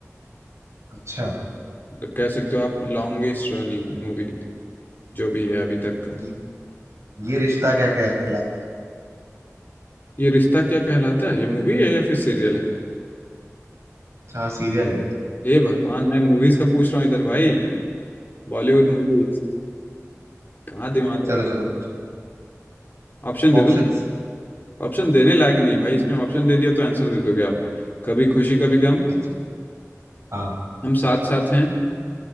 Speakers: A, on the right; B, on the left.
A: अच्छा
B: मतलब कह सकते हो आप लॉन्गेस्ट रनिंग मूवी जो भी है अभी तक का
A: ये, ये रिश्ता क्या कहलाता है
B: ये रिश्ता क्या कहलाता है ये मूवी है या फिर सीरियल है
A: अच्छा, हाँ सीरियल है ये तो
B: ये भगवान मैं मूवीज का पूछ रहा हूँ इधर भाई बॉलीवुड मूवीज कहाँ दिमाग
A: चलो
B: रहा
A: चलो
B: है?
A: कुछ
B: ऑप्शन
A: ऑप्शंस
B: दे दो ऑप्शन देने लायक नहीं है भाई इसमें ऑप्शन दे दिया तो आंसर दे दोगे आप कभी खुशी कभी गम
A: अच्छा हाँ
B: हम साथ साथ हैं